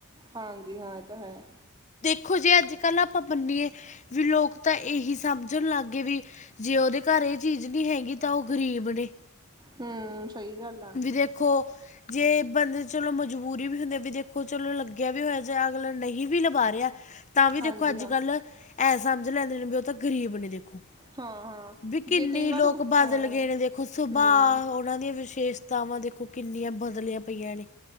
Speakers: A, on the right (about 20°); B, on the left (about 35°).
A: ਹਾਂਜੀ ਹਾਂ ਇਹ ਤਾਂ ਹੈ।
B: ਦੇਖੋ ਜੇ ਅੱਜ ਕੱਲ ਆਪਾਂ ਮੰਨੀਏ ਵੀ ਲੋਕ ਤਾਂ ਇਹੀ ਸਮਝਣ ਲੱਗ ਗਏ। ਵੀ ਜੇ ਉਹਦੇ ਘਰ ਇਹ ਚੀਜ਼ ਨਹੀਂ ਹੈਗੀ ਤਾਂ ਉਹ ਗ਼ਰੀਬ ਨੇ।
A: ਹੂੰ ਸਹੀ ਗੱਲ ਆ,
B: ਵੀ ਦੇਖੋ! ਜੇ ਬੰਦੇ, ਚਲੋ ਮਜਬੂਰ ਪੂਰੀ ਵੀ ਹੁੰਦੀ। ਵੀ ਦੇਖੋ ਚਲੋ ਲੱਗਿਆ ਵੀ ਹੋਇਆ। ਜਾਂ ਅਗਲਾ ਨਹੀਂ ਵੀ ਲਾਵਾ ਰਿਹਾ। ਤਾਂ ਵੀ ਦੇਖੋ,
A: ਹਾਂਜੀ
B: ਅੱਜ
A: ਹਾਂ,
B: ਕੱਲ ਇਹ ਸਮਝ ਲੈਂਦੇ ਨੇ। ਵੀ ਉਹ ਤਾਂ ਗ਼ਰੀਬ ਨੇ ਦੇਖੋ।
A: ਹਾਂ-ਹਾਂ
B: ਵੀ ਕਿੰਨੀ
A: ਜੇ ਕਈ ਵਾਰ
B: ਲੋਕ ਬਦਲ
A: ਹਾਂ,
B: ਗਏ ਨੇ ਦੇਖੋ। ਸੁਭਾਅ!
A: ਹੂੰ
B: ਉਹਨਾਂ ਦੀਆਂ ਵਿਸ਼ੇਸ਼ਤਾਵਾਂ ਦੇਖੋ। ਕਿੰਨੀਆਂ ਬਦਲੀਆਂ ਪਈਆਂ ਨੇ।